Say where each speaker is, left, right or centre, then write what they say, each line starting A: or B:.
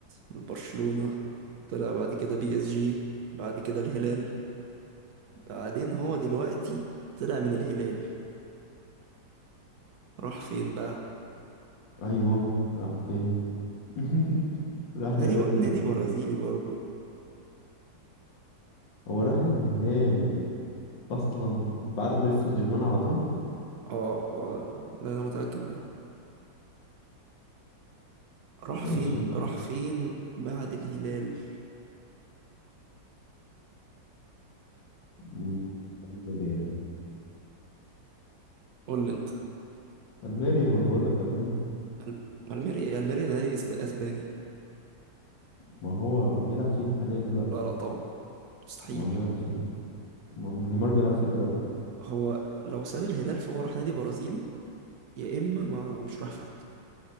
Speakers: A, on the right; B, on the left.
A: لبرشلونة طلع بعد كده بي اس جي بعد كده الهلال بعدين هو دلوقتي طلع من الهلال راح فين بقى
B: ايوه راح فين <laughs> راح
A: هو
B: الهلال
A: نادي ب... نادي برازيلي برضو
B: هو راح الهلال اصلا بعد باريس سان جيرمان على طول
A: اه اه ده انا متأكد منها راح
B: ماشي
A: فين راح فين بعد الهلال
B: م، الميريا يعني
A: قول لي انت
B: الميريا ما بقول لك الميريا
A: الم- الميريا الميريا ده نادي إسب- اسباني
B: ما هو بيلعب فيه حاليا دلوقتي
A: لا لا طبعا مستحيل
B: ما هو بيلعب فيه ما ما نيمار بيلعب فين دلوقتي
A: هو لو ساب الهلال فهو راح نادي برازيلي يا اما ما مش راح في حته